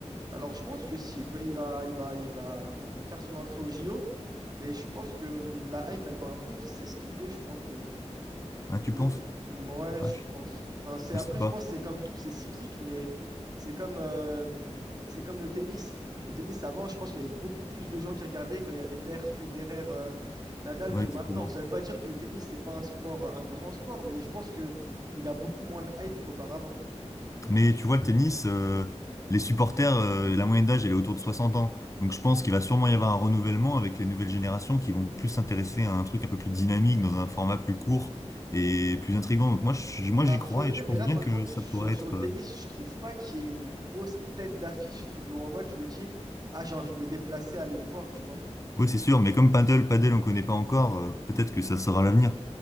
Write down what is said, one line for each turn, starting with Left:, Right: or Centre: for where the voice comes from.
Right: Alors, je pense que si, il peut- il va, il va, il va hum, faire son entrée au JO, mais je pense que hum, la hype, elle va un peu s'estomper, je pense, de,
Left: Hein, tu
Right: de...
Left: penses?
Right: Ouais,
Left: Ouais,
Right: je
Left: je,
Right: pense. Enfin, c'est
Left: je
Right: après,
Left: sais pas.
Right: je pense, que c'est comme tout, c'est cyclique, mais c'est comme, euh, c'est comme le tennis. Le tennis, avant, je pense qu'il y avait beaucoup plus de gens qui regardaient quand il y avait l'ère Federer, euh, Nadal
Left: Ouais,
Right: que
Left: exactement.
Right: maintenant. Ça veut pas dire que le tennis, c'est pas un sport, un grand sport, mais je pense que il a beaucoup moins de hype qu'auparavant.
Left: Mais tu vois, le tennis, euh, les supporters, euh, la moyenne d'âge, elle est autour de 60 ans. Donc je pense qu'il va sûrement y avoir un renouvellement avec les nouvelles générations qui vont plus s'intéresser à un truc un peu plus dynamique, dans un format plus court et plus intriguant. Donc moi, je- moi
Right: Bah,
Left: j'y crois
Right: faudrait,
Left: et je
Right: mais
Left: pense
Right: là,
Left: bien
Right: par
Left: que
Right: exemple,
Left: ça
Right: sur,
Left: pourrait
Right: sur
Left: être...
Right: le tennis,
Left: euh,
Right: je trouve pas qu'il y ait une grosse tête d'affiche où, dont en mode, je me dis, ah, j'ai envie de me déplacer, aller le voir, tu vois.
Left: Oui, c'est sûr, mais comme paddle, paddle, on connaît pas encore, euh, peut-être que ça sera l'avenir.